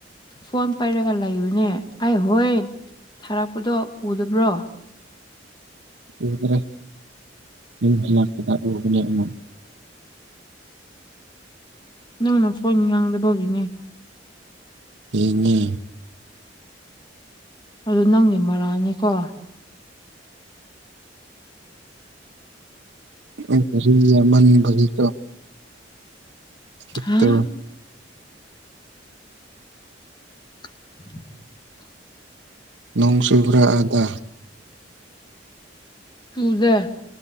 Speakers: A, on the left; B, on the right.
A: ꯐꯣꯟ ꯄꯩꯔꯒ ꯂꯩꯕꯅꯦ ꯑꯩ ꯍꯣꯏ ꯊꯥꯔꯛꯄꯗꯣ ꯎꯗꯕ꯭ꯔꯣ
B: ꯎꯗ꯭ꯔꯦ ꯃꯤ ꯎꯕꯅꯦ ꯑꯃꯃꯨꯡ
A: ꯅꯪꯅ ꯐꯣꯟ ꯉꯥꯡꯗꯕꯅꯦ
B: ꯏꯉ
A: ꯑꯗꯨ ꯅꯪꯗꯤ ꯃꯔꯥꯅꯤꯀꯣ
B: ꯎ ꯐ ꯃꯕ ꯇ ꯁꯠꯇ
A: ꯍꯥ <inaudible>
B: ꯅꯣꯡꯁꯨꯨꯕ꯭ꯔꯥ ꯑꯗꯥ
A: ꯇꯨꯗ